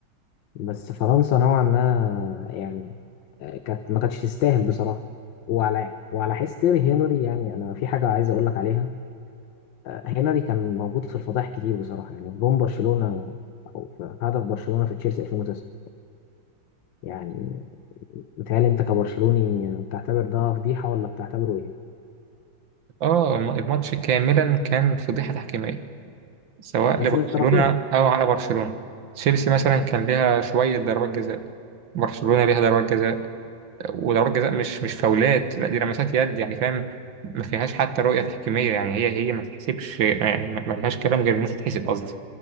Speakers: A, on the left; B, on the right.
A: بس فرنسا نوعا ما يعني آه، كانت ما كانتش تستاهل بصراحة وعلى وعلى حس تيري هنري يعني أنا في حاجة عايز أقول لك عليها آه، هنري كان موجود في الفضائح كتير بصراحة يعني في جون برشلونة أو في هدف برشلونة في تشيلسي 2009 يعني متهيألي أنت كبرشلوني بتعتبر ده فضيحة ولا بتعتبره إيه؟
B: اه الم- الماتش كاملا كان فضيحة تحكيمية سواء
A: بس
B: لبرشلونة
A: للطرفين
B: او على برشلونة تشيلسي مثلا كان ليها شوية ضربات جزاء برشلونة ليها ضربات جزاء وضربات جزاء مش مش فاولات لا دي لمسات يد يعني فاهم ما فيهاش حتى رؤية تحكيمية يعني هي هي ما تحسبش يعني ما ما لهاش كلام غير انها تتحسب قصدي